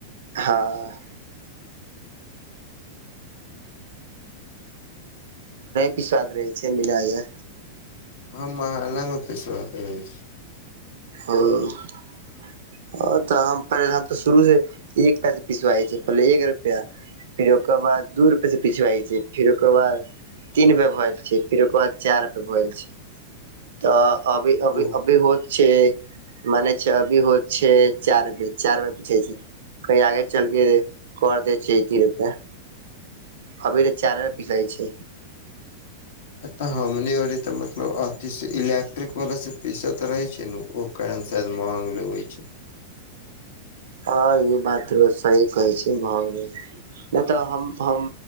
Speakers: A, on the right; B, on the left.
A: हँ पिस्वाद रहै छै मिन जा
B: हम महाला मे पसबाक रह अछि
A: ह हँ तऽ हम पहि हम तऽ शुरू से एक पैसे पिसबाइ छै पहिले एक रुपैआ फिर ओकर बाद दू रुप स पिछाइ छै फिर ओकर बाद तीन प भल छै फेर ओकर बाद चार प भल छै तऽ अभी अभी
B: ओ
A: अभी होत छै मने छै अभी हो छै चारी चार मे पूछै छै की आगे चलके कर देै छै रुपे अभी त चारे पिसाइ छै
B: तऽ हमनी आरे त मतलब अथी से इलेक्ट्रिक वला से पीस त रहे छै ने ओ कारण से महंग लेबे छै
A: हँ ई बात सही कहै छै भऽ गेल नहि तऽ हम हम